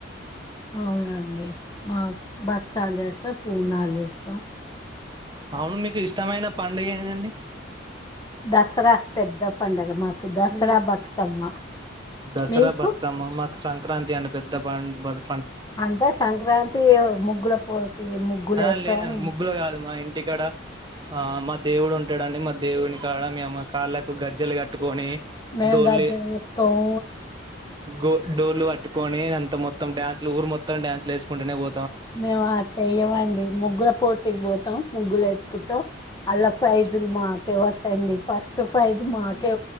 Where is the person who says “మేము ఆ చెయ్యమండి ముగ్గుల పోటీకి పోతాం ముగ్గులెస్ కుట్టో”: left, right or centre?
Left